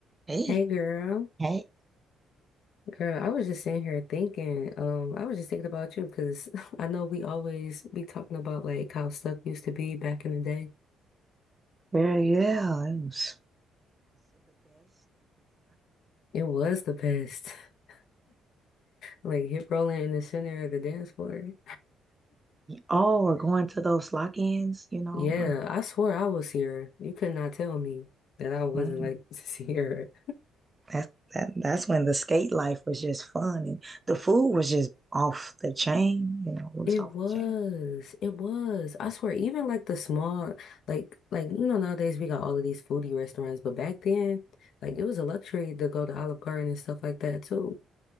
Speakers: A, on the right (about 15°); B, on the left (about 65°).
A: Hey,
B: Hey girl,
A: hey,
B: girl, I was just sitting here thinking, um, I was just thinking about you because <laughs> I know we always be talking about like how stuff used to be back in the day.
A: where's was
B: It was the best. <laughs> Like hip rolling in the center of the dance floor.
A: all going to those lock-ins, you know,
B: Yeah,
A: where
B: I swore I was here. You could not tell me that I wasn't
A: mm,
B: like <laughs> here.
A: that's that, that's when the skate life was just fun and the food was just off the chain, you know, it was
B: It
A: off
B: was.
A: the chain.
B: It was. I swear, even like the small, like like you know, nowadays we got all of these foodie restaurants, but back then, like it was a luxury to go to Olive Garden and stuff like that too.